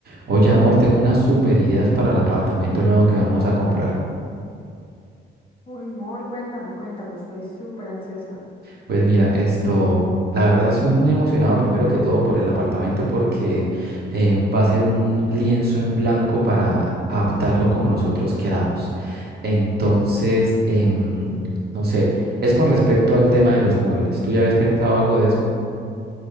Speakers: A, on the right; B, on the left.
A: Oye, amor, tengo unas super ideas para el apartamento nuevo que vamos a comprar.
B: Uy, Mor, cuéntame, cuéntame, estoy súper ansiosa.
A: Pues mira, esto, la verdad estoy muy emocionado primero que todo por el apartamento porque eh, va a ser un lienzo en blanco para adaptarlo como nosotros queramos. Entonces, em, no sé, es con respecto al tema de los muebles. ¿Tú ya habías pensado algo de eso?